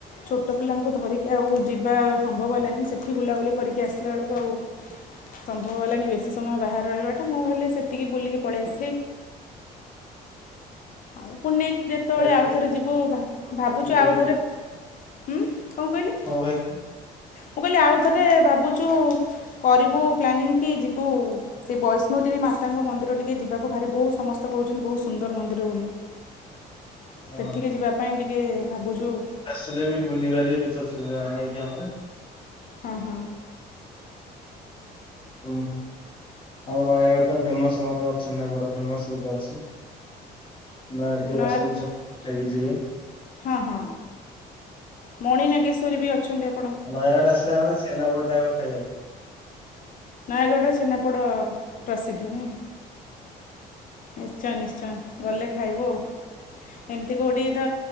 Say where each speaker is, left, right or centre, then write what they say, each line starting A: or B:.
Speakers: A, on the left; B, on the left.
A: ଛୋଟ ପିଲାଙ୍କୁ ଧରିକି ଆଉ ଯିବା ସମ୍ଭବ ହେଲାନି ସେଠି ବୁଲାବୁଲି କରିକି ଆସିଲା ବେଳକୁ ଆଉ ସମ୍ଭବ ହେଲାନି ବେଶୀ ସମୟ ବାହାରେ ରହିବାଟା ମୁଁ ଖାଲି ସେତିକି ବୁଲିକି ପଳେଇ ଆସିଲି। ଆଉ ପୁନେ ଯେତବେଳେ
B: ଯାଇଥିଲେ
A: ଆଉଥରେ ଯିବୁ
B: ସେଠି
A: ଭାବୁଛୁ
B: ଭଲ
A: ଆଉଥରେ ଉଁ କଁ କହିଲେ?
B: ହଁ ଭାଇ।
A: ମୁଁ କହିଲି ଆଉ ଥରେ ଭାବୁଚୁ କରିବୁ ପ୍ଲାନିଂ କି ଯିବୁ ସେ ବୈଷ୍ଣୋଦେବୀ ମାତାଙ୍କ ମନ୍ଦିର ଟିକେ ଯିବା ମୋ ଭାରି ବୋଉ ସମସ୍ତେ କହୁଛନ୍ତି ବହୁତ୍ ସୁନ୍ଦର ମନ୍ଦିର ବୋଲି।
B: ହଁ
A: ସେଠିକି ଯିବା ପାଇଁ ଟିକେ ଭାବୁଚୁ।
B: ହେଲେ ବି ବୁଲିବାରେ କିଛି ଅସୁବିଧା ନାହିଁ ଏଠି ଆମର।
A: ହଁ ହଁ।
B: ହୁଁ ଆମ ନୟାଗଡ ତ ପୁରା ଫେମସ୍ ଆମର ଛେନାପୋଡ଼ ଫେମସ୍ ଗୋଟେ ଅଛି। ନୟାଗଡ଼ କେବେ
A: ନୟା
B: ଆସନ୍ତୁ ଛେନାପୋଡ ଖାଇକି ଯିବେ
A: ହଁ ହଁ ମଣି ନାଗେଶ୍ୱରୀ ବି ଅଛନ୍ତି ଆପ୍
B: ନୟାଗଡ ଆସିଲା ମାନେ ଛେନାପୋଡ଼ ଟା ଆଗ ଖାଇବାଇ
A: ନୟାଗଡ଼ର ଛେନାପୋଡ଼ ପ୍ରସିଦ୍ଧ ନୁହେଁ। ନିଶ୍ଚୟ ନିଶ୍ଚୟ। ଗଲେ ଖାଇବୁ ଆଉ। ଏମିତି କୋଉଠି ତ